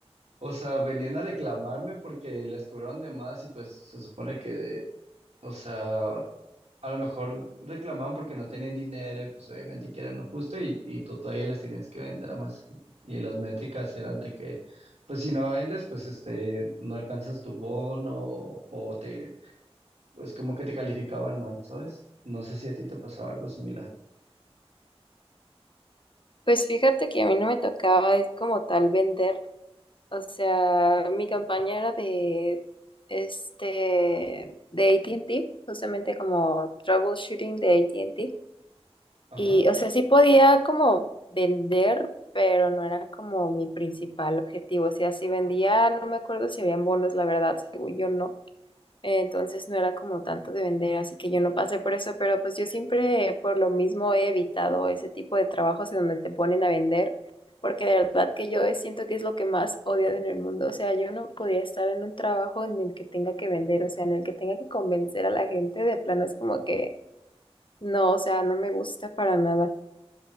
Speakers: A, on the right; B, on the left.
A: o sea, venían a reclamarme porque les cobraron de más y pues se supone que, o sea, a lo mejor reclamaban porque no tenían dinero y pues obviamente que era lo justo y, y tú todavía les tenías que vender a más. Y, y las métricas eran de que, pues si no vendes, pues este, no alcanzas tu bono o te pues como que te calificaban mal, ¿sabes? No sé si a ti te pasaba algo similar.
B: Pues fíjate que a mí no me tocaba es como tal vender, o sea, mi campaña era de, este, de AT&T, justamente como troubleshooting de AT&T,
A: Ajá.
B: y, o sea, sí podía como vender, pero no era como mi principal objetivo, o sea, si vendía, no me acuerdo si habían bonos, la verdad, según yo no Eh, Entonces no era como tanto de vender, así que yo no pasé por eso, pero pues yo siempre por lo mismo he evitado ese tipo de trabajos en donde te ponen a vender, porque de verdad que yo siento que es lo que más odio en el mundo, o sea, yo no podría estar en un trabajo en el que tenga que vender, o sea, en el que tenga que convencer a la gente, de plano es como que no, o sea, no me gusta para nada.